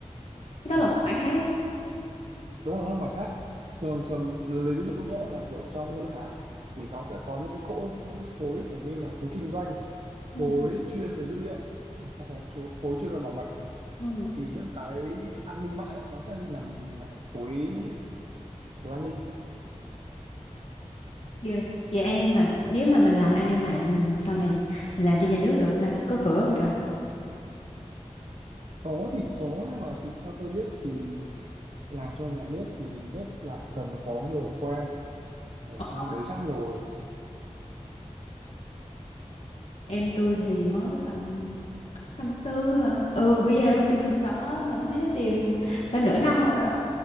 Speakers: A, on the left; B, on the right.
A: đó
B: Ờ.
A: là một mảng khác đúng
B: đúng rồi mà khác thường thường lấy ví dụ nhé là kiểu trong ngân hàng thì nó sẽ có những cái khối những cái khối kiểu như là khối kinh doanh
A: không
B: khối chuyên về dữ liệu hoặc là chỗ- khối chuyên về bảo mật
A: ừ.
B: thì những cái an ninh mạng ấy, nó sẽ nằm lại ở khối của an ninh
A: Ghê. Vậy an ninh mạng nếu mà mình làm an ninh mạng mình sau này mình làm cho nhà nước được không ta? Có cửa không trời?
B: có thì có nhưng mà thì theo tôi biết thì làm cho nhà nước thì rất là cần có người quen ở
A: Ờ,
B: trong đấy sẵn rồi
A: Em tôi thì mới tầm năm tư hả? Ừ bây giờ đang tìm thực tập á mà tôi thấy nó tìm phải nửa năm rồi á.